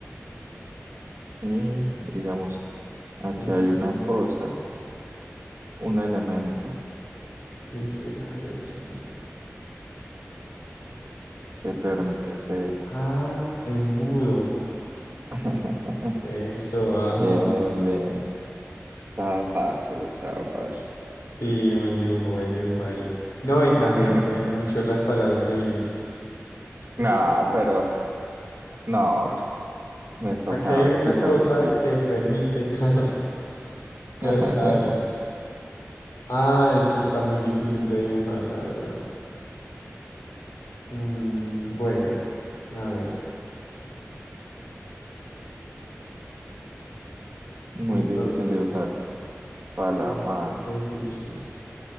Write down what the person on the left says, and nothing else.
Eso
es.
¿Qué será eso?
Ah, embudo.
Eso, vamos.
Sí, buen dibujo, buen dibujo ahí. No, y también
fue mucho las palabras que dijiste.
Aquí hay una
cosa
que permite. <laughs> que-
A ver. Ah, esto está muy difícil de dibujar, la verdad. Mm, bueno, a ver,
entonces,
un poco difícil.